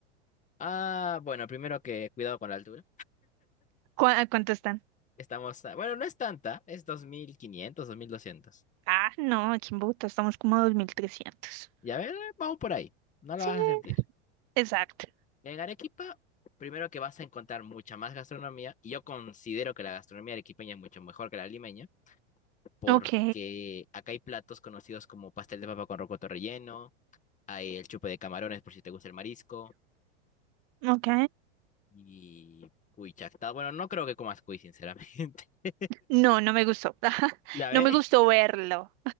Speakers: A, on the left; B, on the right.
A: Ah, bueno, primero que cuidado con la altura.
B: ¿Cu- a cuánto están?
A: Estamos, a- bueno, no es tanta, es 2500, 2200.
B: Ah, no, aquí en Bogotá estamos como a dos mil trescientos.
A: Y a ver, vamos por ahí. No lo
B: Sí,
A: vas a sentir.
B: exacto.
A: En Arequipa, primero que vas a encontrar mucha más gastronomía. Y yo considero que la gastronomía arequipeña es mucho mejor que la limeña, porque
B: Ok,
A: acá hay platos conocidos como pastel de papa con rocoto relleno Hay el chupe de camarones por si te gusta el marisco.
B: ok.
A: Y cuy chactado. Bueno, no creo que comas cuy, sinceramente. <laughs>
B: No, no me gustó. <laughs>
A: ¿Ya ves?
B: No me gustó verlo.